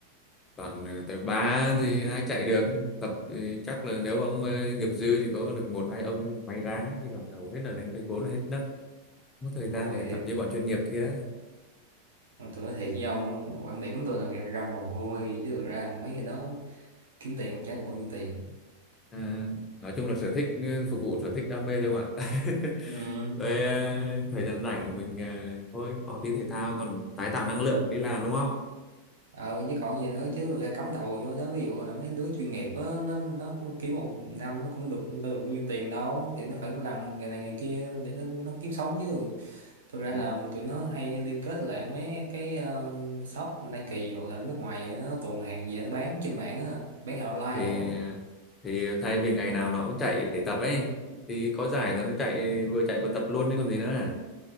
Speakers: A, on the left (about 20°); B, on the right (about 65°).
A: toàn tới ba thì ai chạy được tập thì chắc là nếu ông ờ, nghiệp dư thì có được một hai ông may ra chứ còn hầu hết là đến phase bốn là hết nấc Không có thời
B: <laughs>
A: gian
B: ôi
A: để tập như bọn chuyên nghiệp kia
B: Mà tôi nói thiệt với ông quan điểm của tôi là ra, ra mồ hôi chứ thực ra mấy cái đó kiếm tiền cũng trả được bao nhiêu tiền
A: à, nói chung là sở thích ừ, phục vụ sở thích đam mê thôi không ạ <laughs>
B: ừ.
A: rồi à, thời gian rảnh của mình à, thôi có tí thể thao còn tái tạo năng lượng đi làm đúng không
B: ờ với còn gì nữa chứ thực ra cắm đầu vô đó ví dụ là mấy đứa chuyên nghiệp á nó nó kiếm một năm nó cũng được đâu được bao nhiêu tiền đâu thì nó phải làm nghề này nghề kia để nó, nó kiếm sống chứ thực ra
A: Ừ.
B: là tụi nó hay liên kết lại mấy cái ờ, shop Nike hoặc là nước ngoài nó tuồn hàng về nó bán trên mạng á bán hàng online
A: thì
B: nữa
A: thì thay vì ngày nào nó cũng chạy để tập ấy thì có giải rồi nó chạy vừa chạy vừa tập luôn chứ còn gì nữa à.